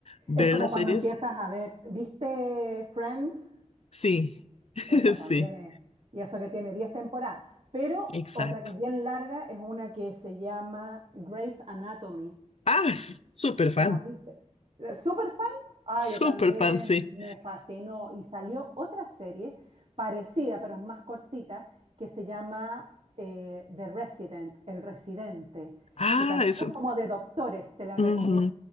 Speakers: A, on the left (about 60°); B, on the right (about 55°).
A: ver
B: Es como
A: las
B: cuando
A: series.
B: empiezas a ver, ¿viste Friends?
A: Sí, <laughs>
B: Esa
A: sí,
B: también es. Y eso que tiene 10 temporadas. Pero
A: exacto.
B: otra que es bien larga es una que se llama Grey's Anatomy.
A: Ah, súper fan,
B: ¿La viste? ¿La- ¿Súper fan? Ah,
A: súper
B: yo también.
A: fan, sí.
B: Me fascinó. Y salió otra serie parecida, pero es más cortita, que se llama eh, The Resident, El Residente,
A: Ah,
B: que también
A: eso.
B: es como de doctores. Te la
A: ujú.
B: recomiendo